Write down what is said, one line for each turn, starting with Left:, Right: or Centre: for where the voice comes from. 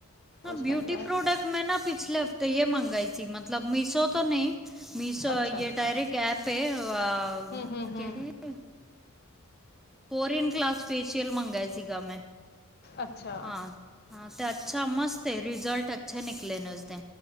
Centre: ਹਾਂ
Left: ਉਸ
Centre: ਬਿਊਟੀ
Left: ਟਾਈਪ ਦਾ
Centre: ਪ੍ਰੋਡਕਟ ਮੈਂ ਨਾ ਪਿਛਲੇ ਹਫ਼ਤੇ ਯੇ ਮੰਗਾਏ ਸੀ ਮਤਲਬ ਮੀਸ਼ੋ ਤੋਂ ਨਈਂ - ਮੀਸੋਏ
Left: ਅੱਛਾ
Centre: ਯੇ
Left: ਅੱਛਾ
Centre: ਡਾਇਰੇੈਕ ਐਪ ਏ, ਅ
Left: ਹੂੰ ਹੂੰ ਹੂੰ
Centre: ਕੇੜੇ ਹੁੰ, ਕੋਰੀਅਨ ਗਲਾਸ ਫੇਸ਼ੀਅਲ ਮੰਗਾਏ ਸੀਗਾ ਮੈਂ।
Left: ਅੱਛਾ
Centre: ਹਾਂ, ਹਾਂ ਤੇ ਅੱਛਾ ਮਸਤ ਏ ਰਿਜ਼ਲਟ ਅੱਛੇ ਨਿਕਲੇ ਨੇ ਉਸਦੇ।